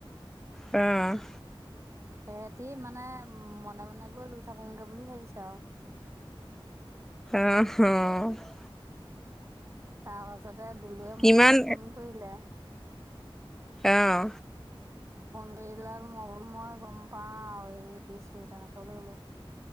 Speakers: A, in the centre; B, on the right (about 30°).
A: উম! <unintelligible>
B: সেহঁতি মানে উম মনে-মনে গৈ ৰুই থাকোঁগে বুলি ভাবিছে আৰু। <inaudible>
A: উম! হুম <unintelligible>
B: তাৰ পাছতে দুলুৱে
A: কিমান
B: মোলৈ ফোন কৰিলে
A: অঁহ।
B: ফোন কৰিলা মই বোলো মই গম পাওঁ সেই উঠিছো তেনেকে বুলি ক'লো